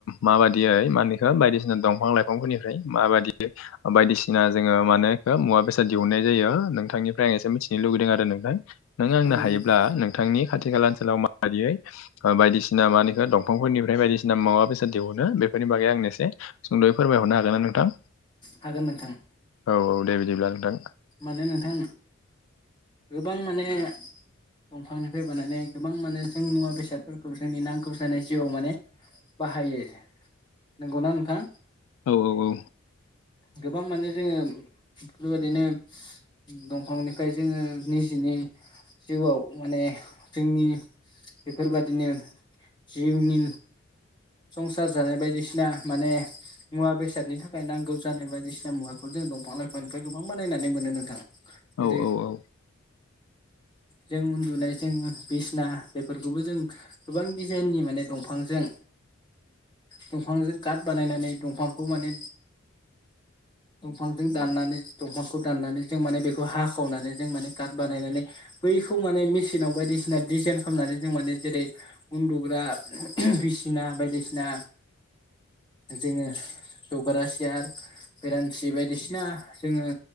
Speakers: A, on the left (about 80°); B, on the left (about 25°).
A: माबायदियै मानो बायदिसिना दंफां लाइफांफोरनिफ्राय माबायदि बायदिसिना जोङो माने मुवा बेसाद दिहुनाय जायो नोंथांनिफ्राय आं एसे मिथिनो लुबैदों आरो नोंथां। नों आंनो
B: औ
A: हायोब्ला
B: नोंथां
A: नोंथांनि खाथि खाला ओनसोलाव माबायदियै बायदिसिना दंफांफोरनिफ्राय बायदिसिना मा बेसाद दिहुनो बे बेफोरनि बागै आंनो एसे सुंद'यै फोरमायहरनो हागोनना नोंथां?
B: हागोन नोंथां।
A: औ औ दे बिदिब्ला नोंथां
B: माने नोंथां गोबां माने दंफांनिफ्राय बानायनाय गोबां माने जों मुवा बेसादफोरखौ जोंनि नांगौ जानाय जिउआव माने बाहायो। नंगौना नोंथां?
A: औ औ औ।
B: गोबां माने जोङो बेफोरबायदिनो दंफांनिफ्राय जोङो निजिनि जिउआव माने जोंनि बेफोरबादिनो जिउनि संसार जानाय बायदिसिना माने मुवा बेसादनि थाखाय नांगौ जानाय बायदिसिना मुवाखौ जों दंफां लाइफांनिफ्राय गोबां बानायनानै मोनो नोंथां। जेरै
A: औ औ औ। <inaudible>
B: जों उन्दुनाय जों बिसना बेफोरखौबो जों गोबां दिजाइननि माने दंफांजों दंफांजों काट बानायनानै दंफांखौ माने
A: <inaudible>
B: दंफांजों दाननानै दंफांखौ दाननानै जों माने बेखौ हाखावनानै जों माने काट बानायनानै बैखौ माने मेसिनाव बायदिसिना डिजाइन खालामनानै जों माने जेरै उन्दुग्रा बिसिना बायदिसिना
A: <inaudible>
B: जोंड़ो जग्रा सियार बेरेन्सि बायदिसिना जोङो